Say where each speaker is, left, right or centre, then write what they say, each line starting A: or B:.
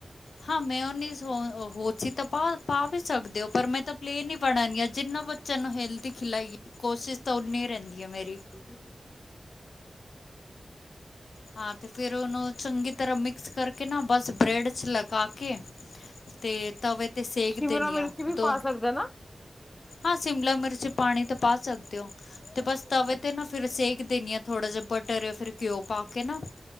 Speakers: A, on the left (about 80°); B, on the left (about 20°).
A: ਹਾਂ ਮਿਓਨਿਸ ਹੋ ਓਹੋ ਤੁਸੀਂ ਤਾਂ ਪਾ-ਪਾ ਵੀ ਸਕਦੇ ਓਂ, ਪਰ ਮੈਂ ਤਾਂ ਪਲੇਨ ਈ ਬਨਨਗੀਆਂ ਜਿੰਨਾਂ ਬੱਚਿਆਂ ਨੂੰ ਹੈਲਦੀ ਖਿਲਾਈਏ ਕੋਸ਼ਿਸ਼ ਤਾਂ ਓਨੀ ਈ ਰੈਂਦੀ ਐ ਮੇਰੀ।
B: <inaudible>
A: ਹਾਂ ਤੇ ਫੇਰ ਓਨੂੰ ਚੰਗੀ ਤਰਾਂ ਮਿਕਸ ਕਰਕੇ ਨਾ ਬਸ ਬਰੈਡ ਚ ਲਗਾ ਕੇ ਤੇ ਤਵੇ ਤੇ ਸੇਕ
B: ਸ਼ਿਮਲਾ
A: ਦੇਨੀ
B: ਮਿਰਚ
A: ਆ
B: ਵੀ
A: ਦੋਨੋ
B: ਪਾ ਸਕਦਾ ਨਾ
A: ਹਾਂ ਸ਼ਿਮਲਾ ਮਿਰਚ ਪਾਨੀ ਏ ਤੇ ਪਾ ਸਕਦੇ ਓਂ, ਤੇ ਬਸ ਤਵੇ
B: ਅੱਛਾ
A: ਤੇ ਨਾ ਫਿਰ ਸੇਕ ਦੇਨੀ ਆ ਥੋੜਾ ਜਾ ਬਟਰ ਫਿਰ ਘਿਓ ਪਾ ਕੇ ਨਾ,